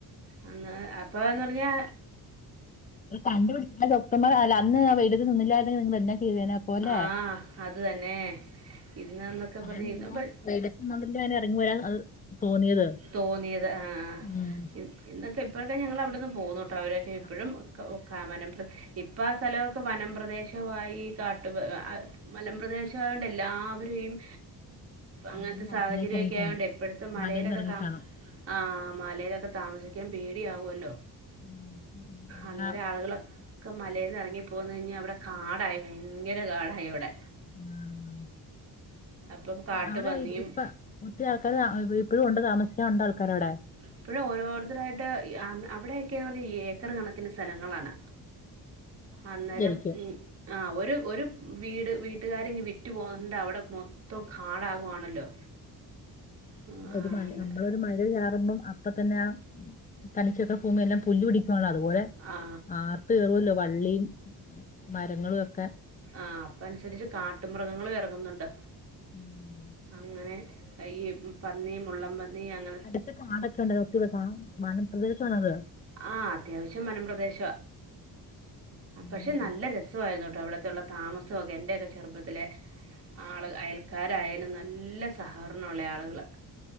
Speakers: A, on the right; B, on the left.
A: അന്ന അപ്പന്ന് പറഞ്ഞാ
B: അത്കണ്ടുപിടി ഡോക്ട്മാർ അല്ല അന്ന് ആ വെയിലത്തു നിന്നില്ലായിരെങ്കിൽ നിങ്ങൾ എന്നാ ചെയ്തേനെ അപ്പോലെ
A: ആഹ അത് തന്നെ ഇന്ന്ന്നൊക്കെ
B: അങ്ങനെ
A: പറഞ്കഴിഞ്ഞ്പ്പൾ
B: നിന്നോണ്ട് <unintelligible> ഇറങ്ങി വരാൻ അത് തോന്നിയത്
A: തോന്നിയത് ആഹ
B: ഉം
A: ഇന്നൊക്കെ ഇപ്പോഴൊക്കെ ഞങ്ങളവിട്ന്ന് പോന്നുട്ടോ അവരൊക്കെ ഇപ്പഴും
B: അപ്പൊ
A: ക ഉ ക വനം പ്രദേ ഇപ്പം ആഹ സ്ഥലൊക്കെ വനംപ്രദേശവായി കാട്ടു മലംപ്രദേശ ആയോണ്ട് എല്ലാവരെയും അങ്ങൻത്തെ
B: എല്ലാരും നാട്ടിലേക്ക്
A: സാഹചര്യയൊക്കെ
B: ഇറങ്ങിക്കാണും
A: ആയോണ്ടെ ഇപ്പഴത്തെ മലേലൊ
B: മലയിൽന്ന് ഇറങ്ങിക്കാണും
A: ആഹ മലേലൊക്കെ താമസിക്കാം പേടിയാവുല്ലോ
B: ഉം അപ്പൊ എല്ലാം
A: അന്നേരം ആളുകളൊ ക്കെ മലേന്ന് എറങ്ങിപ്പോന്ന്യ്ഞ്ഞവിടെ കാടായി ഭയങ്കര കാടായി അവ്ടെ
B: ഉം
A: അപ്പം കാട്ടുപന്നിയും
B: അവിടെ ഇപ്പ ഒത്തിരി ആൾക്കാര് ഇപ്പഴും ഉണ്ട് താമസിക്കാണ്ട ആൾക്കാരവിടെ
A: ഇപ്പഴോ ഓരോരുത്തരായിട്ട് അന്ന് അവിടെയൊക്കെയന്ന് പറഞ്ഞാ ഏക്കർ കണക്കിന് സെലങ്ങളാണ് അന്നേരം
B: ആയിരിക്കും
A: ഉം ആഹ് ഒരു ഒരു വീട് വീട്ടുകാര ഇങ്ങ് വിറ്റു പോന്നണ്ട് അവിടെ മൊ ത്തം കാടാകുവാണല്ലോ. ഉം,
B: അത്
A: ആ
B: മഴ
A: അന്ന്
B: നമ്മളൊ ഒരു മഴ ചാറുമ്പോം അപ്പ തന്നെ ആ തനിച്ചിത ഭൂമിയെല്ലാം പുല്ല് പിടിക്കുകണല്ലോ. അതുപോലെ
A: ആ
B: ആർത്ത് കേറുവല്ലോ വള്ളിയും മരങ്ങളും ഒക്കെ
A: ആഹ അപ്പ അനുസരിച്ച് കാട്ടുമൃഗങ്ങൾ ഇറങ്ങുന്നുണ്ട്.
B: ഉം
A: അങ്ങനെ അയ്യേ. പന്നിയ മുള്ളം പന്നി അങ്ങനെ
B: ഒത്തിരികാടൊക്കെ ഉണ്ട. ഒത്തിരി വനംപ്രദേശ ആണത്.
A: ആഹ അത്യാവശ്യം വനംപ്രദേശ പക്ഷെ
B: കൊടുക്കണം
A: നല്ല രസമായിരുന്നു കേട്ടോഅവിടത്തെള്ള താമസമൊക്കെ എന്റെയൊക്കെ ചെറുപ്പത്തില. ആള് അയൽക്കാരായാലും നല്ല സഹകരണമുള്ള ആളുകൾ.